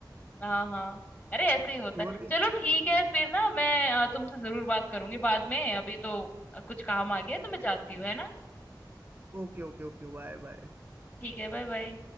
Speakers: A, on the left; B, on the right.
A: हाँ हाँ अरे ऐसे ही होता
B: चोर
A: है
B: भी
A: चलो ठीक है फिर ना मैं अ, तुमसे जरूर बात करूंगी बाद में अभी तो अ, कुछ काम आ गया है, तो मैं जाती हूँ है ना
B: Okay okay okay bye bye
A: ठीक है बाय बाय